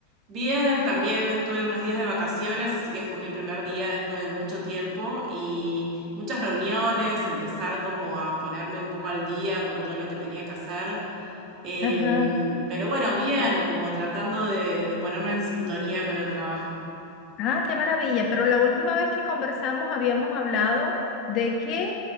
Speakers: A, on the right; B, on the left.
A: Bien, también estuve unos días de vacaciones, así que fue mi primer día después de mucho tiempo y muchas reuniones, empezar como a ponerme un poco al día con todo lo que tenía que hacer. Em,
B: Ajá.
A: pero bueno, bien, como tratando de de ponerme en sintonía con el trabajo.
B: Ah, qué maravilla, pero la última vez que conversamos habíamos hablado de que